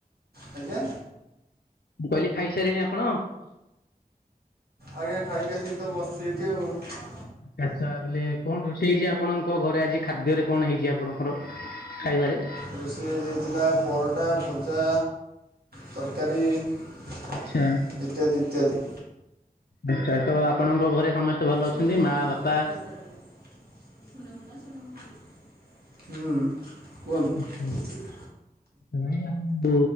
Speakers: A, on the right; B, on the left.
A: ଆଜ୍ଞା।
B: ମୁଁ କହିଲି ଖାଇ ସାଇଲେଣି ଆପଣ।
A: ଆଜ୍ଞା ଖାଇକି ଆସିକି ତ ବସିଛି ଏଇଠି ଆଉ।
B: ଆଚ୍ଛା ଆଛା ବେଲେ କଣ ରୋଷେଇ ହେଇଛି ଆପଣଙ୍କ ଘରେ ଆଜି ଖାଦ୍ୟରେ କଣ ହେଇଛି ଆପଣଙ୍କର। ଖାଇବାରେ।
A: ରୋଷେଇ ଆଜି ହେଇଥିଲା ପରଟା ଭଜା ତରକାରୀ। ଇତ୍ୟାଦି
B: ଆଚ୍ଛା
A: ଇତ୍ୟାଦି।
B: ଆଚ୍ଛା ତ ଆପଣଙ୍କ ଘରେ ସମସ୍ତେ ଭଲ
A: ଶୁଣୁନୁ
B: ଅଛନ୍ତି ମା
A: ହେଡା
B: ବାପା
A: କୁ କିଛି କହିପାରିବୁନି ଶୁଣିବୁ ନା ଶୁଣିବୁନି କିଛି ହୁଁ କୁହନ୍ତୁ?
B: ଆଚ୍ଛା ଭାଇ ଆଉ